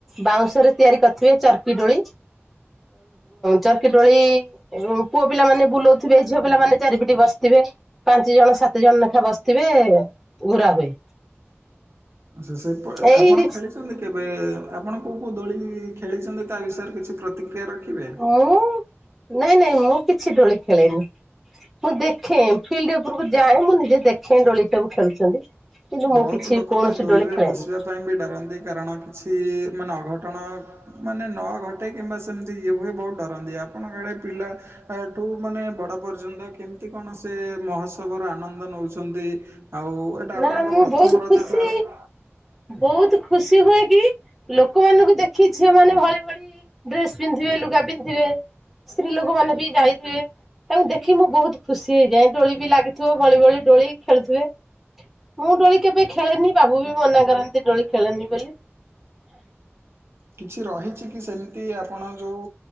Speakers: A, in the centre; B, on the right.
A: ବାଉଁଶ ରେ ତିଆରି କରିଥିବେ ଚର୍କି ଡୋଳି। ଚର୍କି ଡୋଳି। ପୁଅ ପିଲାମାନେ ବୁଲଉଥିବେ ଝିଅ ପିଲାମାନେ ଚାରିପିଟି ବସିଥିବେ ପାଞ୍ଚ ଜଣ ସାତ ଜଣ ଲେଖା ବସିି ଥିବେ ଘୁରା ହୁଏ।
B: ସେ ସେ
A: ଏଇ
B: ଆପଣ ଖେଳିଛନ୍ତି। କେବେ ଆପଣ କୋଉ କୋଉ ଦୋଳି ଖେଳିଛନ୍ତି ତା ବିଷୟରେ କିଛି ପ୍ରତିକ୍ରିୟା ରଖିବେ।
A: ମୁଁ ନାଇଁ ନାଇଁ ମୁଁ କିଛି ଡୋଳି ଖେଳେନି। ମୁଁ ଦେଖେ ଫିଲ୍ଡ ଉପରକୁ ଯାଏଁ ମୁଁ ନିଜେ ଦେଖେ ଡୋଳି ସବୁ ଖେଳୁଛନ୍ତି। କିନ୍ତୁ
B: ବହୁତ
A: ମୁଁ କିଛି
B: ଲୋକ
A: କୌଣସି
B: ତ ଦୋଲିରେ
A: ଦୋଳି ଖେଳେନି।
B: ବସିବା ପାଇଁ ବି ଡରନ୍ତି କାରଣ କିଛି ମାନେ ଅଘଟଣ ମାନେ ନ ଘଟେ କିମ୍ବା ସେମିତି ଇଏ ହୁଏ ବହୁତ ଡରନ୍ତି ଆପଣଙ୍କଆଡ଼େ ପିଲା ଏଠୁ ମାନେ ବଡ଼ ପର୍ଯ୍ୟନ୍ତ କେମିତି କଣ ସେ ମହୋତ୍ସବର ଆନନ୍ଦ ନେଉଛନ୍ତି। ଆଉ ଏଇଟା ଆପଣଙ୍କ
A: ନା ମୁଁ
B: ପ୍ରଥମ
A: ବହୁତ
B: ରଜଠୁ
A: ଖୁସି।
B: ଆରମ୍ଭ
A: ବହୁତ ଖୁସି ହୁଏ କି ଲୋକମାନଙ୍କୁ ଦେଖି ଝିଅ ମାନେ ଭଳି ଭଳି ଡ୍ରେସ୍ ପିନ୍ଧିବେ ଲୁଗା ପିନ୍ଧଥିବେ ସ୍ତ୍ରୀ ଲୋକମାନେ ବି ଯାଇଥିବେ। ତାଙ୍କୁ ଦେଖି ମୁଁ ବହୁତ ଖୁସି ହେଇଯାଏ ଡୋଳି ବି ଲାଗିଥିବ ଭଳି ଭଳି ଡୋଳି ଖେଳୁଥିବେ। ମୁଁ ଦୋଳି କେବେ ଖେଳେନି ବାବୁ ବି ମନା କରନ୍ତି ଦୋଳି ଖେଳନି ବୋଲି।
B: କିଛି ରହିଛି କି ସେମିତି ଆପଣ ଯେଉଁ